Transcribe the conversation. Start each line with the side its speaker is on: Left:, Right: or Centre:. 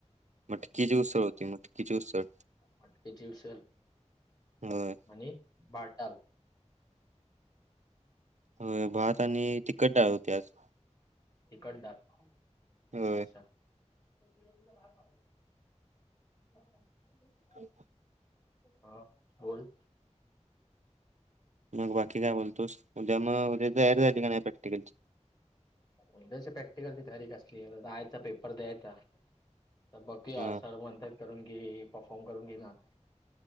Right: मटकीची उसळ होती, मटकीची उसळ.
Left: मटकीची उसल
Right: होय
Left: आणि बाटाल.
Right: होय भात आणि तिखट डाळ होती आज
Left: तिखट डाळ
Right: होय
Left: अच्छा <unintelligible>
Right: <unintelligible>
Left: हा बोल.
Right: मग बाकी काय बोलतोस, उद्या मग उद्याची तयारी झाली का नाही प्रॅक्टिकलची.
Left: उद्याच्या प्रॅक्टिकलची तयारी कसली जायचा पेपर द्यायचा. थकबाकी <unintelligible>
Right: हा
Left: करुन घे परफॉर्म करून घेणार